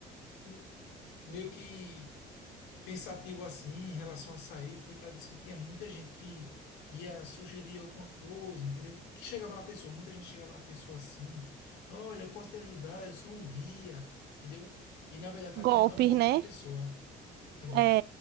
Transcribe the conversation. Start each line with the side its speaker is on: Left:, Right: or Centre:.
Left: com- meio que pensativo assim em relação a sair foi que ela disse que tinha muita gente que ia sugerir alguma coisa, entendeu? Que chegava na pessoa, muita gente chegava na pessoa assim: olha, eu posso te ajudar, eu sou um guia, entendeu? E na verdade
Right: Golpes,
Left: tá querendo dar um golpe
Right: né?
Left: na pessoa, entendeu?
Right: É,